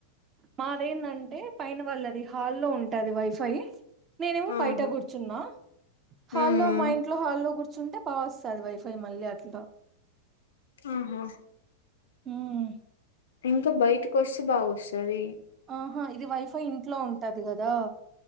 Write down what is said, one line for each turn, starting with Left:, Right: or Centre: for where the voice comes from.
Right: మాది ఏందంటే పైన వాళ్ళది హాల్లో ఉంటది వైఫై నేనేమో
Left: ఆహా!
Right: బయట కూర్చున్నా హాల్లో
Left: హ్మ్.
Right: మా ఇంట్లో హాల్లో కూర్చుంటే బా వస్తది వైఫై మళ్ళీ అట్లా
Left: ఉహుమ్
Right: ఉమ్
Left: ఇంకా బయటకి వస్తే బావోస్తది
Right: ఆహా ఇది వైఫై ఇంట్లో ఉంటది కదా